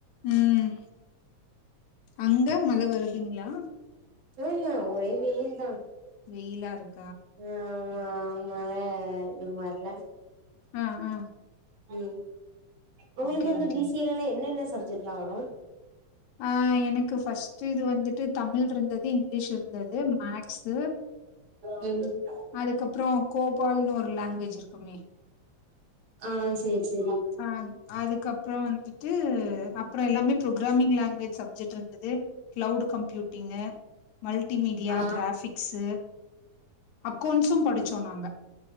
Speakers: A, on the left (about 75°); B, on the right (about 60°).
A: ம் அங்க மழ வருதுங்களா
B: ஆஹ் ஹ் ஒரே வெயில் தா
A: வெயிலா இருக்
B: ம் ஆமா மழ ம் வர்ல
A: ஆ ஆ
B: உம் உங்களுக்கு
A: ஓகே
B: வந்து
A: ஓகே
B: பி சி ஏ லல்லா என்னென்ன சப்ஜெட்லா வரு
A: ஆ எனக்கு ஃபஸ்ட்டு இது வந்துட்டு தமிழ் இருந்தது இங்கிலீஷ் இருந்தது மேக்ஸு
B: ம்
A: அதுக்கப்றோ கோபால்ன் ஒரு லாங்குவேஜ் இருக்குமே
B: ஆ சேரி சேரி
A: அ அதுக்கப்றோ வந்துட்டு அப்றோ எல்லாமே ப்ரோக்ராமிங் லேங் குவேஜ் சப்ஜெக்ட் இருந்தது க்ளவுடு கம்ப்யூட்டிங்கு மல்டிமீடியா
B: ஆ
A: கிராபிக்ஸு அக்கோண்ட்ஸு படிச்சோ நாங்க